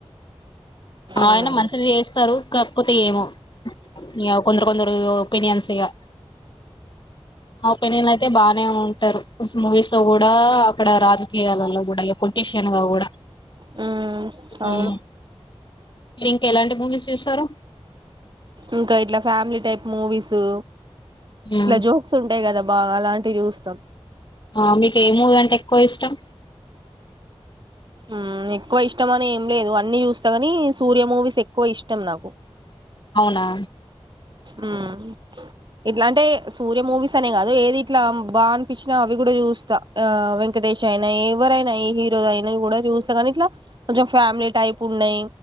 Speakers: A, on the left; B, on the right.
A: అయినా
B: ఉమ్
A: మంచిగా చేస్తారు కాకపోతే ఏమో మ <unintelligible> కొందరు కొందరు ఒపీనియన్స్ గా మా పెళ్ళిల్లు అయితే బాగానే ఉ వస్తారు మూవీస్ లో కూడా అక్కడ రాజకీయాలలో కూడా పొలిటీషియన్ గా కూడా
B: మ్మ్ అవును
A: ఉమ్. మీరు ఇంక ఎలాంటి మూవీస్ చూస్సారు
B: ఇంకా ఇట్లా ఫ్యామిలీ టైప్ మూవీసు
A: మ్మ్.
B: ఇట్ల జోక్స్ ఉంటాయి కదా బాగా అలాంటివి చూస్తాం
A: ఆ మీకు ఏ మూవీ అంటే ఎక్కువ ఇష్టం
B: మ్మ్ ఎక్కువ ఇష్టం అని ఏం లేదు అన్నీ చూస్తా కాని సూర్య మూవీస్ ఎక్కువ ఇష్టం నాకు
A: అవునా
B: ఉమ్ ఇట్లాంటే సూర్య మూవీస్ అనే కాదు ఏది ఇట్లా బా అనిపిచినా అవి కూడా చూస్తా, ఆ వెంకటేష్ అయినా ఎవరైనా ఏ హీరో అయినా కూడా చూస్తా కానీ, ఇట్లా కొంచెం ఫ్యామిలీ టైప్ ఉన్నయి.